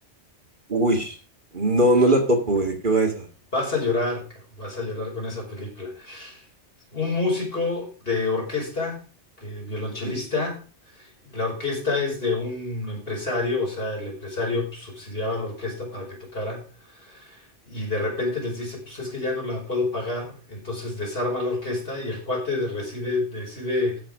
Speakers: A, on the right; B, on the left.
A: Uy, no, no la topo, güey. ¿De qué va esa?
B: Vas a llorar, cabrón, vas a llorar con esa película. Un músico de orquesta, que, violonchelista.
A: Sí,
B: La orquesta es de un empresario, o sea, el empresario pues, subsidiaba a la orquesta para que tocara. Y de repente les dice, pues es que ya no la puedo pagar. Entonces desarma la orquesta y el cuate de- reside- decide